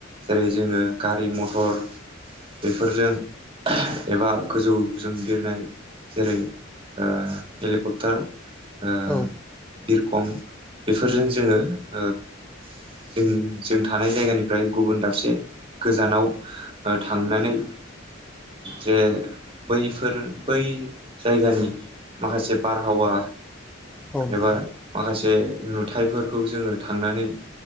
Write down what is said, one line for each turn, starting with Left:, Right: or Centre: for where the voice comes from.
Right: जेरै जोङो गारि मथर बेफोरजों एबा गोजौ ज बिरनाय एबा जेरै ओ हेलिकप्टार ओ
Centre: औ
Right: बिरखं बेफोरजों जोङो <inaudible> जों जों थानाय जायगानिफ्राय गुबुन दाबसे गोजानाव ओ थांनानै जे बैफोर बै जायगानि माखासे बारहावा
Centre: औ नोंथां
Right: एबा माखासे नुथायाइफोरखौ खौ जोङो थांनानै